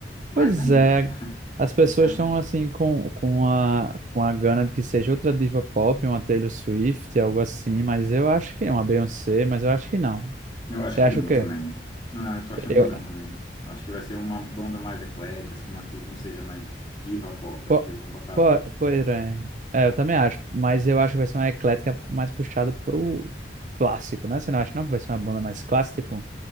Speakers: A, on the left; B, on the right.
A: mais
B: Pois
A: ainda.
B: é.
A: <laughs>
B: As pessoas
A: Tá?
B: estão assim com, com a, com a gana de que seja outra diva pop, uma Taylor Swift, algo assim, mas eu acho que é uma Beyoncé, mas eu acho que não.
A: Eu acho
B: Você
A: que
B: acha
A: não
B: o quê?
A: também. Ah, eu tô achando
B: Eu,
A: que não também. Eu Acho que vai ser uma banda mais eclética, assim, uma que não seja mais diva pop. Eu
B: po,
A: acho que eles vão botar.
B: po, pois é. É, eu também acho, mas eu acho que vai ser uma eclética mais puxada pro clássico, né? Você não acha não que vai ser uma banda mais clássica, tipo